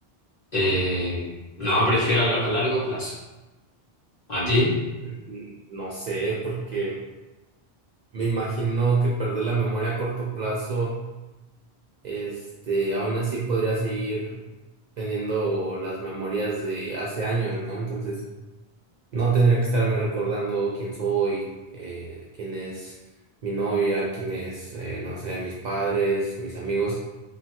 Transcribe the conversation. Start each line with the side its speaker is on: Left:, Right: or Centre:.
Left: Eh, no, prefiero a, lar- a largo plazo. ¿A ti?
Right: Mm, mm, No sé, porque me imagino que perder la memoria a corto plazo este, aún así podría seguir teniendo las memorias de hace años, ¿no? Entonces, no tendría que estarme recordando quién soy, eh, quién es mi novia, quién es, eh, no sé, mis padres, mis amigos,